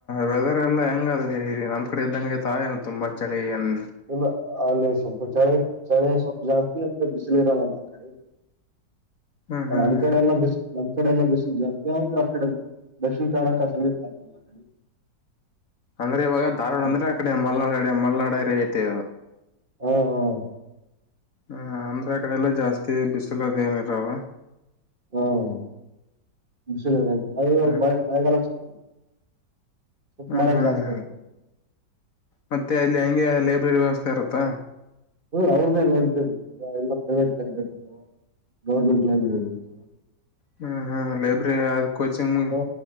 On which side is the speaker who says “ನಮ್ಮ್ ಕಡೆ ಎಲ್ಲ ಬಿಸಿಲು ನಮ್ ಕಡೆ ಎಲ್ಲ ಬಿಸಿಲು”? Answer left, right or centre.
Right